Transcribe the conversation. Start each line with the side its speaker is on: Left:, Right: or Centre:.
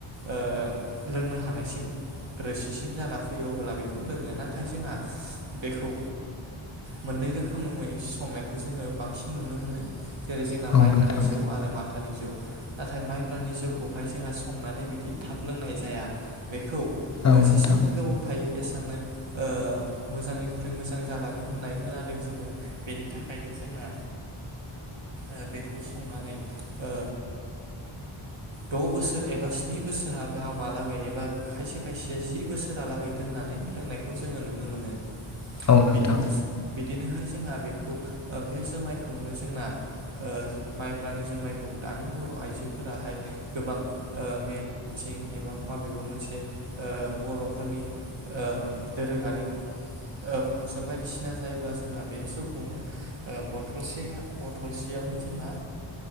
Right: ओ लोंनो हानायसिम रोसिसिम जाना फैयो अब्ला बेखौ लोङो नाथाय जोंहा बेखौ मोननै रोखोमै संनायखौ जोङो बांसिन नुनो मोनो। जेरै जोंना
Left: औ
Right: माइब्रानि
Left: नोंथां
Right: जौ आरो माथानि जौ। नाथाय माइब्रानि जौ खौहाय जोंहा संनानै बिदि थाब लोंनाय जाया बेखौ ओ
Left: औ नोंथां
Right: जेसांनो गोबाव थायो एसांनो ओ मोजांनिख्रुइ मोजां जालाङो होननाय खोनादों जोङो बेनि थाखायनो जोंना ओ बेखौ संनानै ओ द' बोसोर एबा स्नि बोसोर हा गाहामहालागै एबा खायसे खायसेया जि बोसोरालागै दोननानै लोंनायखौ जोङो नुनो मोनो।
Left: औ नोंथां औ नोंथां
Right: बिदिनो सि बिदिनो हायस जोंहा बे खौ आ बे जोमायखौनो जोंना ओ माइब्रानि जोमायखौ दानि बर' आइजोफोराहाय गोबां मेल थिं एबा माबेबा मोनसे आ बर'फोरनि ओ दोरोङारि ओ फांसन बायदिसिना जायोब्ला जोंना बे जौखौनो बथलसे गा बथलसेयावनो जोंना